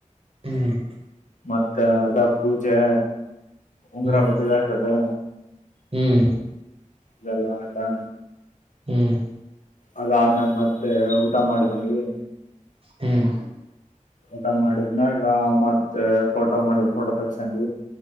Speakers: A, on the right; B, on the left.
A: ಹ್ಮ್
B: ಮತ್ತೆ ಅದ ಪೂಜೆ ಉಂಗರ
A: ಹ್ಮ್
B: ಬದಲಾಸೋದು.
A: ಹ್ಮ್
B: ಇದೆಲ್ಲ ಆಯ್ತಾ.
A: ಹ್ಮ್
B: ಅದಾದ್ಮೇಲ ಮತ್ತೆ ಊಟ ಮಾಡ ಬಂದ್ವಿ.
A: ಹ್ಮ್
B: ಊಟ ಮಾಡಿದನಾಗ ಮತ್ತೆ ಫೋಟೋ ಮಾಡಿ ಫೋಟೋ ತಕ್ಸೊಂಡ್